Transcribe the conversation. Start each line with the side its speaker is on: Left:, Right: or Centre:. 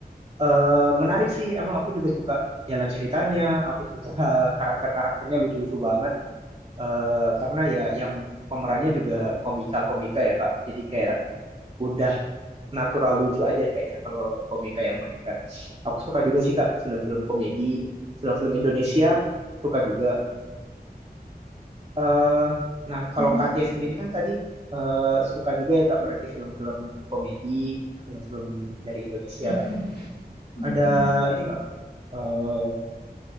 Right: eh menarik sih emang aku juga suka jalan ceritanya aku suka <laughs> karakter-karakternya lucu-lucu banget eh karena ya yang pemerannya juga komika-komika ya Kak jadi kayak udah natural lucu aja kayaknya kalau komika yang mainkan aku suka juga sih Kak film-film komedi film-film Indonesia suka juga Eh, nah, kalau
Left: Mmm,
Right: Katia sendiri kan tadi eh, suka juga ya Kak berarti film-film komedi, film-film dari Indonesia.
Left: mhm, bener
Right: Ada
Left: bener.
Right: ini nggak Kak? Eh,